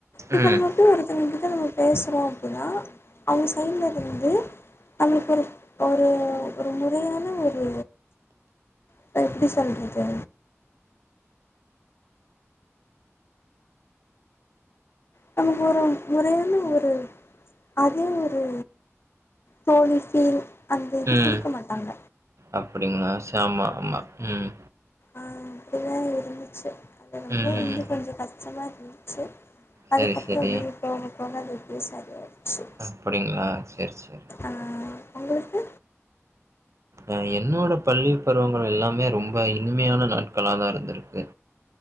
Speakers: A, on the left; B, on the right.
A: இப்ப
B: ம்
A: நா போய் ஒருத்தங்ககிட்ட நம்ம பேசுறோ அப்டினா அவுங்க சைட்ல இருந்து அவுங்களுக்கொரு ஒரு ஒரு முறையான ஒரு இப்ப எப்படி சொல்றது நமக்கு ஒரு முறையான ஒரு அதே ஒரு தோழி ஃபீல் அந்த இது
B: ம்
A: குடுக்க மாட்டாங்க
B: அப்படிங்களா செ ஆமா ஆமா ம்
A: ஆ அப்படிதா இருந்துச்சு அது ரொம்ப
B: ம்
A: வந்து கொஞ்சு கஷ்டமா இருந்துச்சு
B: சரி
A: அதுக்கப்புறோ
B: சரி.
A: அப்டி போக போக அது அப்டியே சரி ஆயிடுச்சு
B: அப்படிங்களா செரி செரி
A: ஆ உங்களுக்கு
B: அ என்னோட பள்ளி பருவங்கள் எல்லாமே ரொம்ப இனிமையான நாட்களா தா இருந்திருக்கு